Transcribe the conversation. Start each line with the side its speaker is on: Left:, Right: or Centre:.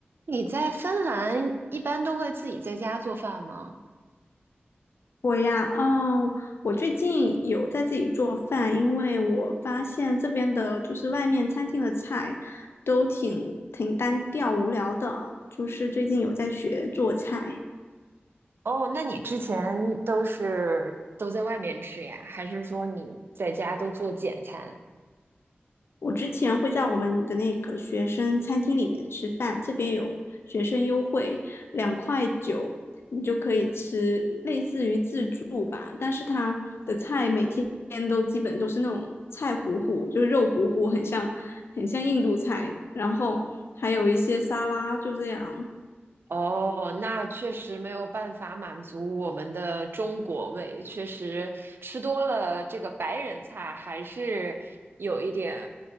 Right: 你在芬兰一般都会自己在家做饭吗？
Left: 我呀，嗯，我最近有在自己做饭，因为我发现这边的就是外面餐厅的菜都挺挺单调无聊的，就是最近有在学做菜。
Right: 哦，那你之前都是都在外面吃呀？还是说你在家都做简餐？
Left: 我之前会在我们的那个学生餐厅里面吃饭，这边有学生优惠，两块九，你就可以吃类似于自助吧，但是它的菜每天都基本都是那种菜糊糊，就是肉糊糊，很像很像印度菜，然后还有一些沙拉，就这样。
Right: 哦，那确实没有办法满足我们的中国胃，确实吃多了这个白人菜还是有一点